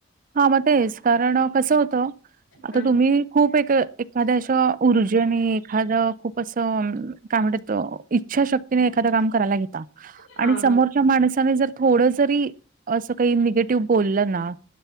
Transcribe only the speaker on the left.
अं
हा
हा